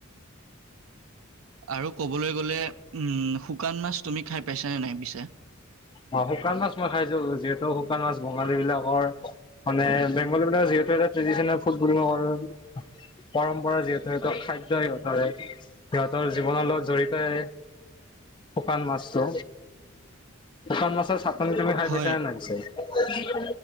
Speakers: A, on the right; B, on the left.
A: আৰু ক'বলৈ গ'লে উম, শুকান মাছ তুমি খাই পাইছা নে নাই পিছে?
B: অ' শুকান মাছ মই খাইছো। যিহেতু শুকান মাছ বঙালী বিলাকৰ মানে বেংগলী বিলাকৰ যিহেতু এটা ট্ৰেডিচনেল ফুড বুলি কব পাৰোঁ, পৰম্পৰা যিহেতু সেতু খাদ্য সিহঁতৰে। সিহঁতৰ জীৱনৰ লগত জড়িতয়ে শুকান মাছটো। শুকান মাছৰ চাত নি তুমি খাই
A: হয়
B: পাইছা নে নাই পিছে? <unintelligible>